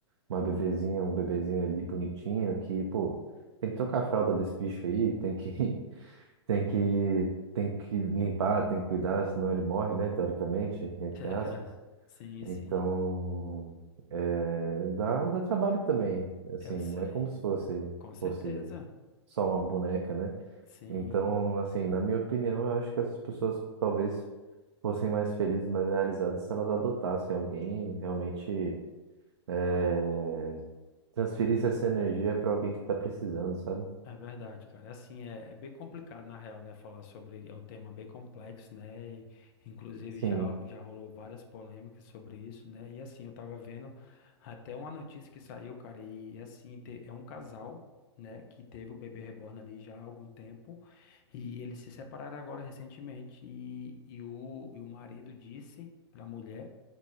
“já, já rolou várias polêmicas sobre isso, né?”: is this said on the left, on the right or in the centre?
Left